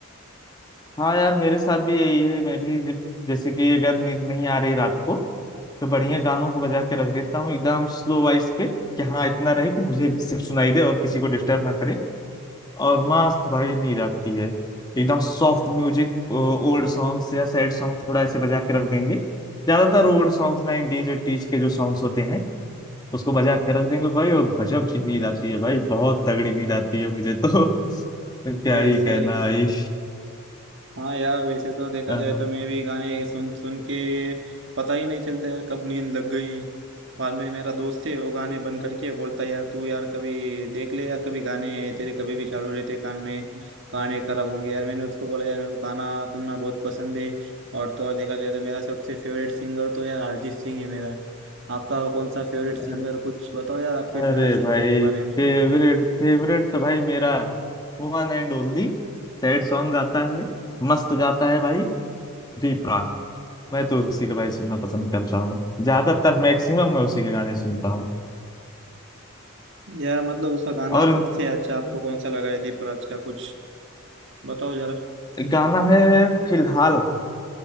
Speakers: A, on the left (about 20°); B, on the right (about 55°).
A: हाँ यार मेरे साथ भी यही है मैं भी जब- जैसे कि अगर नींद नहीं आ रही रात को तो बढ़िया गानों को बजा के रख देता हूँ एकदम स्लो वॉइस पे कि हाँ इतना रहे कि मुझे सिर्फ सुनाई दे और किसी को डिस्टर्ब ना करे और मस्त भाई नींद आती है एकदम सॉफ्ट म्यूजिक ओल्ड सॉन्ग्स या सैड सॉन्ग थोड़ा ऐसे बजा के रख देंगे ज्यादातर ओल्ड सॉन्ग्स 90s एटीज के जो सॉन्ग्स होते हैं उसको बजा के रख देंगे भाई और गजब की नींद आती है भाई बहुत तगड़ी नींद आती है मुझे तो <laughs> क्या
B: सही
A: ही
B: सही
A: कहना भाई
B: हाँ यार वैसे तो देखा
A: <laughs> हाँ,
B: जाए तो मैं भी गाने सुन सुन के पता ही नहीं चलता यार कब नींद लग गई बाद में मेरा दोस्त है वो गाने बंद करके बोलता है, यार तू यार कभी देख ले यार कभी गाने तेरे कभी भी चालू रहते कान में गाने खराब होंगे यार मैंने उसको बोला यार मेरे को गाना सुनना बहुत पसंद है और तो और देखा जाए तो मेरा सबसे फेवरेट सिंगर तो यार अरिजीत सिंह है मेरा आपका कौन सा फेवरेट सिंगर
A: अरे
B: कुछ बताओ यार आपके
A: अरे
B: फेवरेट सिंगर
A: भाई
B: के बारे में
A: फेवरेट फेवरेट तो भाई मेरा one and only Sad song गाता है मस्त गाता है भाई डी मैं तो उसी के भाई सुनना पसंद करता हूँ ज्यादातर मैक्सिमम मैं उसी के गाने सुनता हूँ
B: यार मतलब उसका गाना
A: और
B: सबसे अच्छा आपको कौन सा लगा है दीपराज का कुछ बताओ जरा
A: गाना है फिलहाल